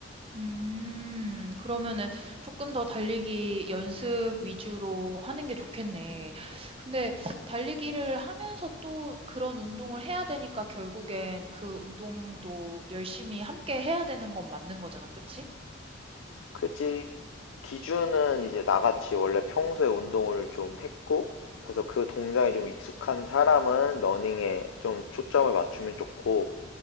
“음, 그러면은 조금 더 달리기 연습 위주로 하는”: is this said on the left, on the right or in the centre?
Right